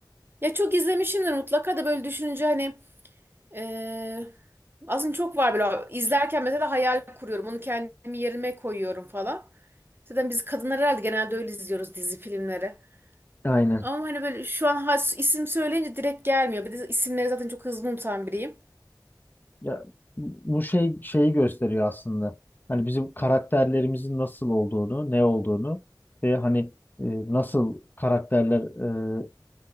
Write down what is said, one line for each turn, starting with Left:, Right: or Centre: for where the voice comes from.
Right: Ya çok izlemişimdir mutlaka da böyle düşününce hani Ee, aslında çok var böyle. İzlerken mesela hayal kuruyorum. Onu kendimi yerime koyuyorum falan. Zaten biz kadınlar herhalde genelde öyle izliyoruz dizi filmleri.
Left: Aynen.
Right: Ama hani böyle şu an has- isim söyleyince direkt gelmiyor. Bir de isimleri zaten çok hızlı unutan biriyim.
Left: Ya bu şey şeyi gösteriyor aslında. Hani bizim karakterlerimizin nasıl olduğunu, ne olduğunu ve hani e, nasıl karakterleri